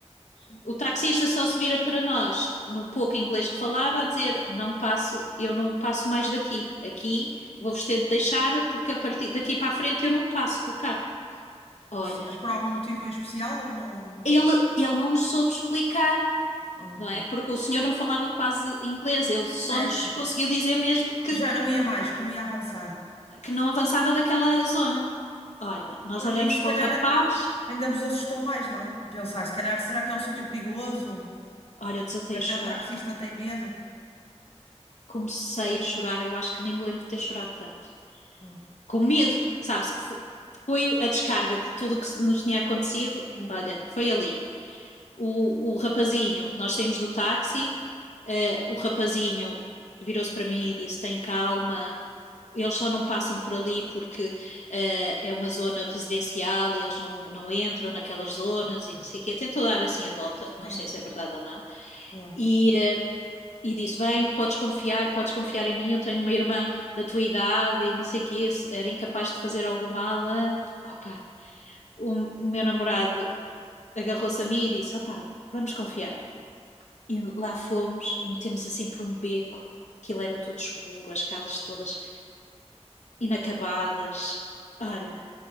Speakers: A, on the left; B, on the left.
A: Sim.
B: O taxista só se vira para nós, no pouco inglês que falava, a dizer: Não passo, eu não passo mais daqui. Aqui vou-vos ter de deixar, porque a partir daqui para a frente eu não passo com o carro. Olha,
A: Se- Mas por algum motivo em especial ou não?
B: ele, ele não nos soube explicar.
A: Ah, ok.
B: Não é? Porque o senhor não falava quase inglês, ele só
A: Certo.
B: nos conseguiu dizer mesmo que,
A: Que Já não ia mais, que não ia avançar.
B: que não avançava daquela zona. Olha, nós
A: Pois,
B: olhamos
A: E se
B: para
A: calhar
B: o rapaz,
A: ainda vos assustou mais, não? A pensar, se calhar, será que é um sítio perigoso?
B: olha, eu desatei
A: Que até
B: a chorar.
A: o taxista tem medo?
B: comecei a chorar, eu acho que nem me lembro de ter chorado tanto.
A: Ah,
B: Com medo, sabes? Foi a descarga de tudo o que nos tinha acontecido.
A: Sim.
B: Olha, foi ali. O, o rapazinho, nós saímos do táxi, eh, o rapazinho virou-se para mim e disse: tem calma, eles só não passam por ali porque eh, é uma zona residencial e eles não, não entram naquelas zonas
A: Ok.
B: e não sei o quê. Tentou dar assim a volta, não
A: Sim,
B: sei se é verdade ou não.
A: claro.
B: E eh, e disse: Vem, podes confiar, podes confiar em mim. Eu tenho uma irmã da tua idade e não sei o que, era incapaz de fazer algo mal. ah." Opa, o, o meu namorado agarrou-se a mim e disse: Opa, vamos confiar. E lá fomos, metemos assim por um beco, aquilo era tudo escuro, as casas todas inacabadas. Olha,